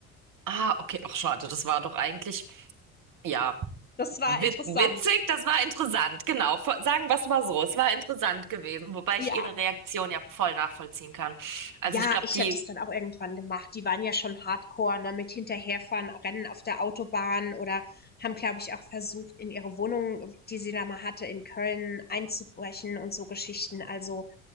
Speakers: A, on the right (about 50°); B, on the left (about 20°).
A: Ah, okay. Ach, schade. Das war doch eigentlich, ja,
B: Das war
A: wit
B: interessant.
A: witzig. Das war interessant. Genau. Vor- Sagen wir es mal so. Es war interessant gewesen, wobei
B: Ja,
A: ich ihre Reaktion ja voll nachvollziehen kann. Also
B: Ja,
A: ich glaube,
B: ich
A: die,
B: hätte es dann auch irgendwann gemacht. Die waren ja schon hardcore, ne, mit hinterherfahren, Rennen auf der Autobahn oder haben, glaube ich, auch versucht, in ihre Wohnung, die sie da mal hatte, in Köln einzubrechen und so Geschichten. Also,